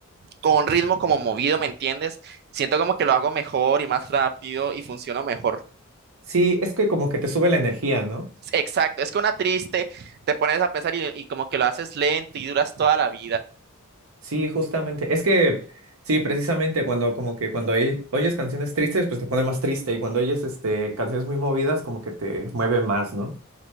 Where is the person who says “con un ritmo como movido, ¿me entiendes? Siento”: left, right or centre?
Right